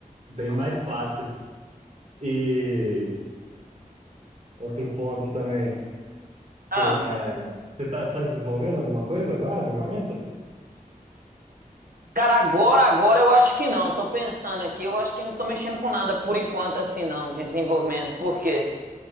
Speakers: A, on the right; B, on the right.
A: bem mais fácil. E outro ponto também.
B: Ah,
A: Deixa eu, é, você tá, você tá desenvolvendo alguma coisa agora, no momento?
B: cara, agora, agora eu acho que não. Tô pensando aqui, eu acho que não tô mexendo com nada por enquanto, assim, não, de desenvolvimento. Por quê?